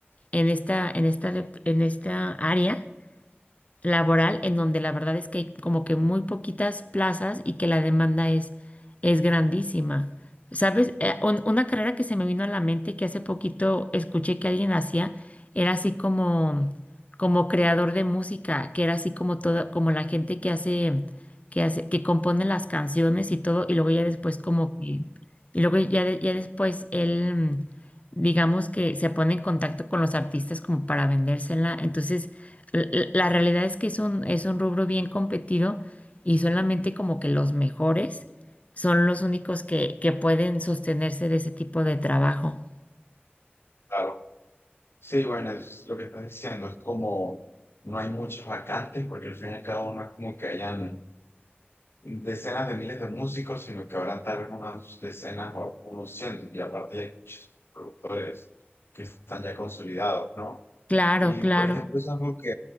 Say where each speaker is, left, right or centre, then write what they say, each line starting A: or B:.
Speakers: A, on the left (about 35°); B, on the left (about 70°).
A: en esta, en esta, dep- en esta área laboral en donde la verdad es que hay como que muy poquitas plazas y que la demanda es, es grandísima. ¿Sabes? Eh, un- una carrera que se me vino a la mente y que hace poquito escuché que alguien hacía era así como, como creador de música, que era así como toda, como la gente que hace, que hace, que compone las canciones y todo, y luego ya después como que, y luego ya, de- ya después él, mm, digamos que se pone en contacto con los artistas como para vendérsela. Entonces, L- La realidad es que es un, es un rubro bien competido y solamente como que los mejores son los únicos que, que pueden sostenerse de ese tipo de trabajo.
B: claro. Sí, bueno, es lo que estás diciendo, es como no hay muchas vacantes, porque al fin y al cabo no es como que hayan decenas de miles de músicos, sino que habrán tal vez unas decenas o unos cientos, y aparte hay muchos productores que están ya consolidados, ¿no?
A: Claro,
B: Y
A: claro,
B: por ejemplo, es algo que,